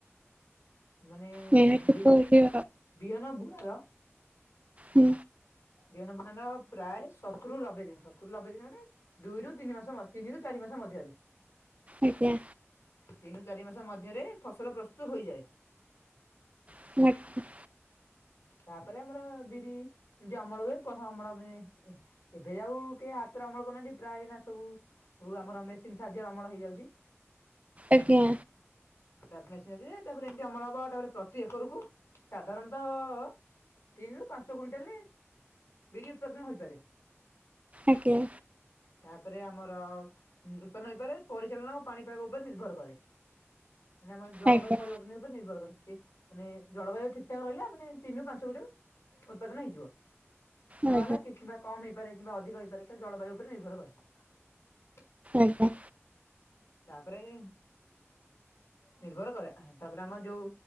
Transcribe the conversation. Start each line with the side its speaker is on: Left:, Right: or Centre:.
Left: ମାନେ
Right: ନିହାତି
Left: ବିରି
Right: ପରି।
Left: ବିହନ ବୁଣାର
Right: ହୁଁ।
Left: ବିହନ ବୁଣା ପ୍ରାୟ ସତୁରି ରୁ ଲବେ ଦିନ ସତୁରି ରୁ ଲବେ ଦିନ ମାନେ ଦୁଇରୁ ତିନି ମାସ ମଧ୍ଯ ତିନିରୁ ଚାରି ମାସ ମଧ୍ୟରେ।
Right: ଆଜ୍ଞା।
Left: ତିନରୁ ଚାରି ମାସ ମଧ୍ୟରେ ଫସଲ ପ୍ରସ୍ତୁତ ହୋଇଯାଏ।
Right: ଆ <unintelligible>
Left: ତାପରେ ଆମର ବିରି ଏମିତି ଅମଳ ହୁଏ ହଁ ଅମଳ ମାନେ ଏବେ ଆଉ କେହି ହାତରେ ଅମଳ କରୁନାହାନ୍ତି ପ୍ରାୟ ନା ସବୁ ଆମର ମେସିନ୍ ସାହାଯ୍ୟରେ ଅମଳ ହେଇଯାଉଛି।
Right: ଆଜ୍ଞା।
Left: ତାପରେ ମେସିନ୍ ଅଛି ଯେ ତାପରେ ଏମିତି ଅମଳ ହବ ତାପରେ ପ୍ରତି ଏକରକୁୁ ସାଧାରଣତଃ ତିନି ରୁ ପାଞ୍ଚ କୁଇଣ୍ଟାଲେ ବିରି ଉତ୍ପାଦନ ହୋଇପାରେ।
Right: ଆଜ୍ଞା।
Left: ତାପରେ ଆମର ଉତ୍ପନ୍ନ ହୋଇପାରେ ପରିଚାଳନା ଓ ପାଣିପାଗ ଉପରେ ନିର୍ଭର କରେ। ମାନେ ଆମ ଜଳବାୟୁ
Right: ଆଜ୍ଞା
Left: ପରିବର୍ତ୍ତନ ଉପରେ ନିର୍ଭର କରେ ମାନେ ଜଳବାୟୁ ଠିକ ଠାକ ରହିଲା ମାନେ ତିନି ରୁ ପାଞ୍ଚ କ୍ୱିଣ୍ଟାଲ ଉତ୍ପାଦନ ହେଇଯିବ। ନହେଲା
Right: ଆଜ୍ଞା
Left: କିମ୍ବା କମ ହେଇପାରେ କିମ୍ବା ଅଧିକ ହେଇପାରେ ସେ ଜଳବାୟୁ ଉପରେ ନିର୍ଭର କରେ।
Right: ଆଜ୍ଞା।
Left: ତାପରେ ନିର୍ଭର କରେ ତାପରେ ଆମର ଯୋଉ